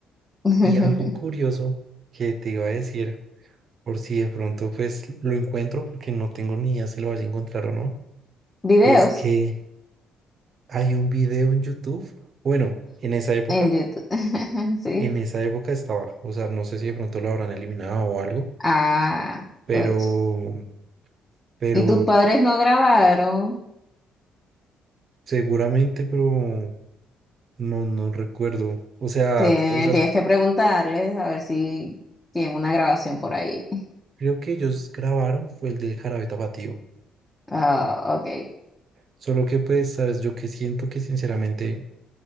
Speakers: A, on the left; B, on the right.
A: <laughs>
B: Y algo curioso que te iba a decir, por si de pronto pues lo encuentro, porque no tengo ni idea si lo vaya a encontrar o no,
A: Videos
B: es que hay un video en YouTube, bueno, en esa época,
A: en YouTube. <laughs> Sí.
B: en esa época estaba, o sea, no sé si de pronto lo habrán eliminado o algo,
A: Ah,
B: pero,
A: coche.
B: pero
A: ¿Y tus padres no grabaron?
B: Seguramente, pero no, no recuerdo. O sea,
A: Te-
B: o sea,
A: tienes que preguntarles a ver si tienen una grabación por ahí.
B: creo que ellos grabaron fue el del Jarabe Tapatío.
A: Ah, ok.
B: Solo que pues, sabes, yo que siento que sinceramente